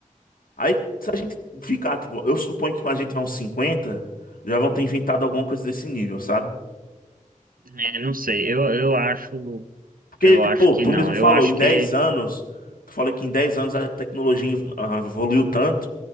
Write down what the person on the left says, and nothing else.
Aí, se a gente ficar, tipo, eu suponho que quando a gente vai uns 50, já vão ter inventado alguma coisa desse nível, sabe?
Porque,
pô,
tu
mesmo
falou,
em
10 anos, tu falou que em 10 anos a tecnologia ah, evoluiu tanto.